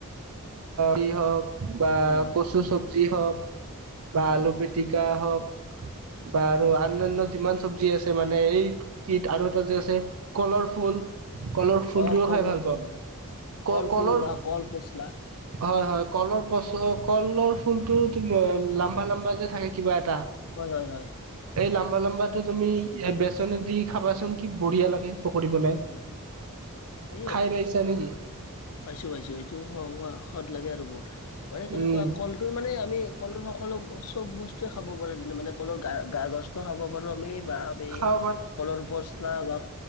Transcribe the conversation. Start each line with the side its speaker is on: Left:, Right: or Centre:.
Right: অ ৰি হওক বা
Left: হয় হয়
Right: কচু চব্জি হওক বা
Left: হয়
Right: আলু পি টিকা হওক বা আৰু আন্যান্য যিমান চব্জি আছে মানে এই বিট আৰু এটা যে আছে কলৰ ফুল কলৰ ফুলটোও
Left: অ কল
Right: খাই ভাল
Left: ফুল
Right: পাওঁ।
Left: কল
Right: ক-
Left: ফুল
Right: কলৰ
Left: বা কল পচলা।
Right: হয় হয়, কলৰ পচ কলৰ ফুলটো তুমি লাম্বা লাম্বা যে থাকে কিবা এটা
Left: হয় হয় হয়।
Right: এই লাম্বা লাম্বাটো তুমি ইয়া বেচন দি খাবাচোন কি বঢ়িয়া লাগে। পকৰি বনাই,
Left: হয়, এইয়ে
Right: খাই পাইছা নেকি?
Left: পাইছো পাইছো এইটো সুৱা সুৱা সৱাদ লাগে আৰু বহুত মানে কেনেকুৱা
Right: উম
Left: কল টো মানে আমি কলৰ সকলো চব বস্তুৱে খাব পাৰো যোনটো মানে কলৰ গা গা গছটো খাব পাৰো আমি বা আমি
Right: খাব
Left: কলৰ পচলা বা